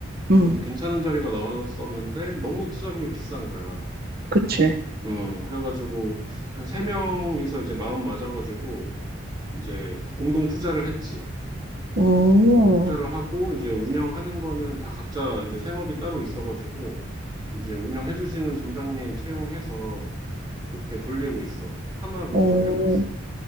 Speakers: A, on the right; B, on the right.
A: 음,
B: 좀 괜찮은 자리가 나왔었는데 너무 투자금이 비싼 거야.
A: 그치.
B: 음, 그래가지고, 한 세 명이서 이제 마음 맞아가지고, 이제 공동 투자를 했지.
A: 오,
B: 공동 투자를 하고, 이제 운영하는 거는 다 각자 이제 생업이 따로 있어가지고, 이제 운영해주시는 점장님 채용해서 그렇게 돌리고 있어. 하나 그렇게
A: 오,
B: 돌리고 있어.